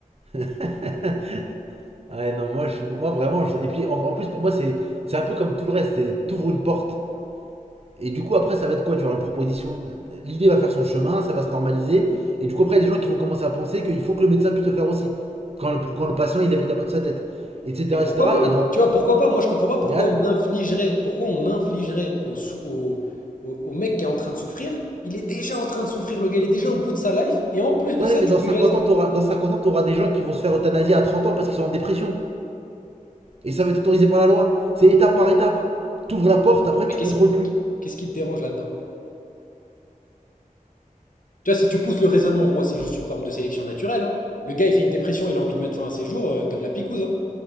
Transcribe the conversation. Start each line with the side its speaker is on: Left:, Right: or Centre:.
Right: <laughs> Ouais, non, moi, je, suis- moi vraiment. je- Et puis en, en plus, pour moi, c'est c'est un peu comme tout le reste. C'est t'ouvres une porte. Et du coup, après, ça va être quoi? Tu auras une proposition. de- L'idée va faire son chemin, ça va se normaliser. Et du coup, après, il y a des gens qui vont commencer à penser qu'il faut que le médecin puisse le faire aussi. Quand le, pour, quand le patient, il n'a pas de sa tête. Etc. etc.
Left: Et pourquoi
Right: Et cetera.
Left: pas?
Right: Et dans,
Left: Tu vois, pourquoi pas? Moi, je comprends pas pourquoi
Right: mais attends,
Left: on infligerait, pourquoi on infligerait au, sou- au, au- au mec qui est en train de souffrir. Il est déjà en train de souffrir, le gars, il est déjà au bout de sa life. Et en plus de
Right: ouais,
Left: ça,
Right: mais
Left: tu
Right: dans
Left: lui
Right: 50
Left: laisses.
Right: ans, t'auras, dans 50 ans, t'auras des gens qui vont se faire euthanasier à 30 ans parce qu'ils sont en dépression. Et ça va être autorisé par la loi. C'est étape par étape. T'ouvres la porte, après, tu
Left: Mais qu'est-ce
Right: contrôles plus.
Left: qu'est-ce qui te dérange là-dedans? Tu vois, si tu pousses le raisonnement, moi, c'est juste une forme de sélection naturelle. hein. Le gars, il fait une dépression, il a envie de mettre fin à ses jours, euh, donne la picouse. hein.